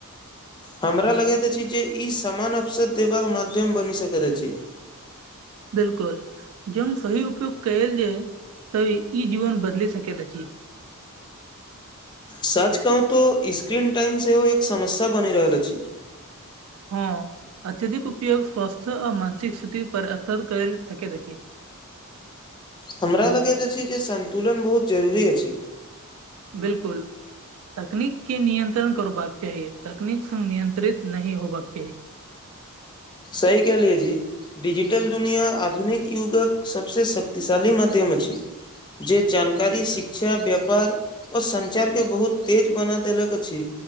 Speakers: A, on the left; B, on the right.
A: हमरा लगैत अछि जे ई समान वसर देबाक माध्यम बनि सकैत अछि।
B: बिलकुल जंग सही उपयोग कयल जा तभी ई जीवन बदलि सकैत अछि।
A: सच कहू तो स्क्रीन टाइम सेहो एक समस्या बनि रहल अछि।
B: हँ अत्यधिक उपयोग स्वास्थ्य आ मानसिक स्थिति पर असर कर सकैत अछि।
A: हमरा लगैत अछि जे संतुलन बहुत जरूरी अछि।
B: बिलकुल तकनीक के नियंत्रण करबाक चाही तकनीक स नियंत्रित नही होबाक चाही।
A: सहि कहलीयै जी। डिजिटल दुनिया आधुनिक युगक सभसँ शक्तिशाली माध्यम अछि। जे जानकारी शिक्षा व्यापार ओ संञ्चार के बहुत तेज बना देलक अछि।